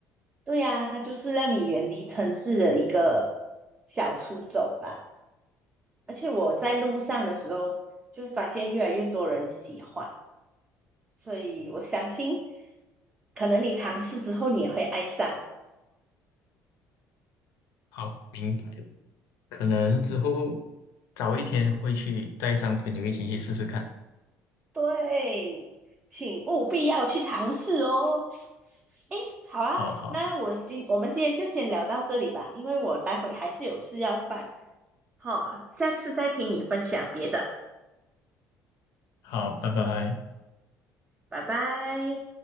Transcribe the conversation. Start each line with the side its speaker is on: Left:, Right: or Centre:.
Right: 对呀、啊它就是让你远离城市的一个小出走吧。而且我在路上的时候，就发现越来越多人喜欢，所以我相信，可能你尝试之后，你也会爱上。
Left: 好，明白了，可能之后早一天会去带上朋友一起去试试看，
Right: 对，请务必要去尝试哦。诶，好啊，
Left: 好好
Right: 那我今我们今天就先聊到这里吧，因为我待会还是有事要办。好，下次再听你分享别的，
Left: 好，拜拜。
Right: 拜拜。